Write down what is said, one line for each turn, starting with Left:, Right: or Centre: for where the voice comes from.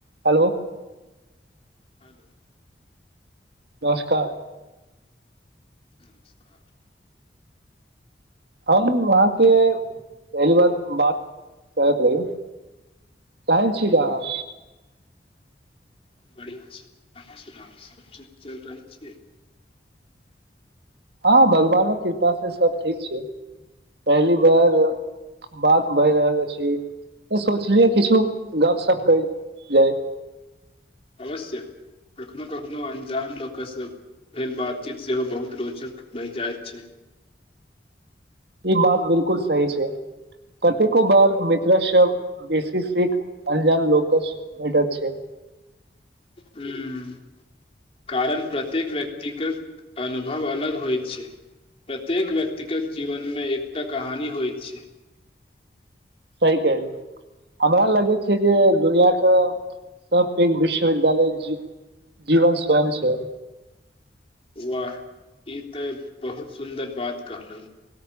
Right: हलो
Left: hello
Right: नमस्कार
Left: नमस्कार
Right: हम अहाँके पहली बार बात करैत रही चाहै छी त अहाँ
Left: बढ़िआँ छी अहाँ सुनाब सब चज चलि रहलै छियै
Right: हँ भगवानक कृपासँ सभ ठीक छै पहली बार बात बहि रहल अछि त सोचलियै किछु गपशप कइल जाय
Left: अवश्य प्रथन कह कोनो अन्जान लोक सभ भेल बाद उचित सेहो बहुत रोचक बहि जाइत छै
Right: ई बात बिलकुल सही छै कतेको बार मित्र स बेसी सीख अंजान लोकस भेठत छै
Left: ह कारण प्रत्येक व्यक्त अनुभव अलग होइत छै प्रत्येक व्यक्ति व्यक्तिगत जीवनमे एकटा कहानी होइत छै
Right: सही कहलिय हमरा लगै छै जे दुनिया क सब पैघ विश्वविद्यालय जीवन स्वयं छै
Left: वाह ई तऽ बहुत सुन्दर बात कहलउ